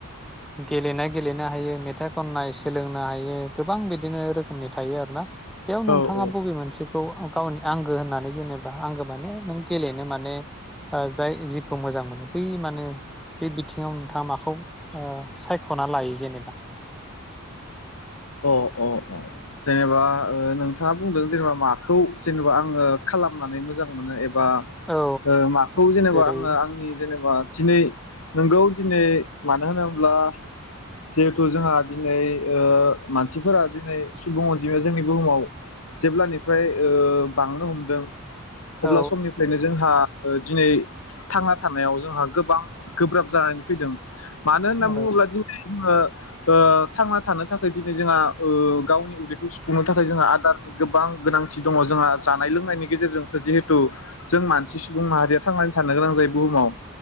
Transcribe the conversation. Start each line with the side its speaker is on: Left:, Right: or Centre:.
Centre: गेलेनाय गेलेनो हायो मेथाइ खननाय सोलोंनो हायो गोबां बिदिनो नि थायो आरोना बेयाव
Left: औ
Centre: नोंथाङा
Left: औ औ
Centre: बबे मोनसेखौ गावनि आंगो होननानै जेनेबा आंगो माने नों गेलेनो माने जाय जिखौ मोजां मोनो बै माने बे बिथिङाव नोंथाङा माखौ ओ सायख'ना लायो जेनेबा?
Left: अ अ अ जेनेबा ओ नोंथाङा बुंदों जेनेबा माखौ जेनेबा आङो खालामनानै मोजां मोनो एबा
Centre: औ
Left: ओ माखौ जेनेबा
Centre: जेरै
Left: आङो आंनि जेनेबा दिनै नोंगौ दिनै मानो होनोब्ला जिहेथु जोंहा दिनै ओ मानसिफोरा दिनै सुबुं अनजिमाया जोंनि बुहुमाव जेब्लानिफ्राय ओ बांनो हमदों अब्ला
Centre: औ
Left: समनिफ्रायनो जोंहा ओ दिनै थांना थानायाव जोंहा गोबां गोब्राब जानानै फैदों मानो होनना
Centre: औ
Left: बुङोब्ला दिनै जोङो ओ थांना थानो थाख खाय दिनै जोंहा ओ गावनि उदैखौ सुफुंनो थाखाय दिनै जोंहा ओ गावनि उदैखौ सुंफुंनो थाखाय आदारनि गोबां गोनांथि दङ जोंहा जानाय लोंनायनि गेजेरजोंसो जिहेथु जों मानसि सुबुं माहारिया थांनानै थानो गोनां जायो बुंहुमाव